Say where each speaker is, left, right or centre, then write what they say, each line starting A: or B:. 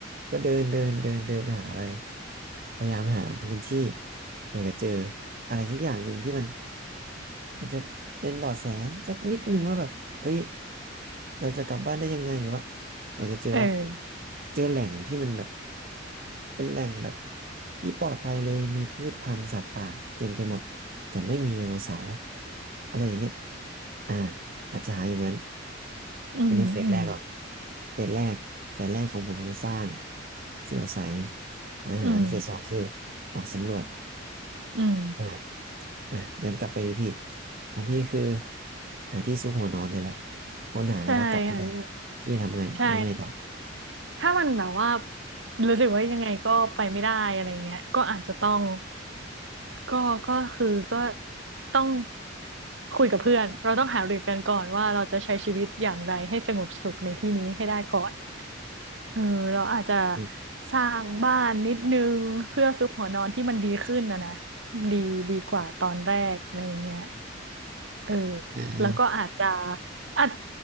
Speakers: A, on the right (about 50°); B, on the right (about 70°).
A: ก็เดินเดินเดินเดินหาไปพยายามหาพื้นที่เผื่อจะเจออะไรสักอย่างหนึ่งที่มันมันจะเป็นเบาะแสสักนิดนึงว่าแบบเฮ้ยเราจะกลับบ้านได้ยังไงหรือว่าเราจะเจอว่า
B: เออ
A: เจอแหล่งที่มันแบบเป็นแหล่งแบบที่ปลอดภัยเลยมีพืชพันธุ์สัตว์ป่าเต็มไปหมดแต่ไม่มีไดโนเสาร์อะไรอย่างเงี้ยอ่าอาจจะหาอย่างนั้น
B: อืมอืม
A: อันนี้เฟสแรกก่อน เฟสแรกเฟสแรกของผมคือสร้างที่อยู่อาศัยอาหารเฟสสองคือ
B: อืม
A: ออกสำรวจ
B: อืม
A: อหาอ่ะย้อนกลับไปดีพี่ ของพี่คือหาที่ซุกหัวนอนนี่แหละค้นหาแล้วก็กลับไม่ได้
B: ใช่ค่ะ
A: พี่ทำไงทำไงต่อ
B: ใช่ ถ้ามันแบบว่ารู้สึกว่ายังไงก็ไปไม่ได้อะไรเงี้ยก็อาจจะต้องก็ก็คือก็ต้องคุยกับเพื่อนเราต้องหารือกันก่อนว่าเราจะใช้ชีวิตอย่างไรให้สงบสุขในที่นี้ให้ได้ก่อนเออเราอาจจะ
A: อืม
B: สร้างบ้านนิดนึงเพื่อซุกหัวนอนที่มันดีขึ้นนะนะดีดีกว่าตอนแรกอะไรอย่างเงี้ย เออ
A: อ่า
B: แล้วก็อาจจะอาจ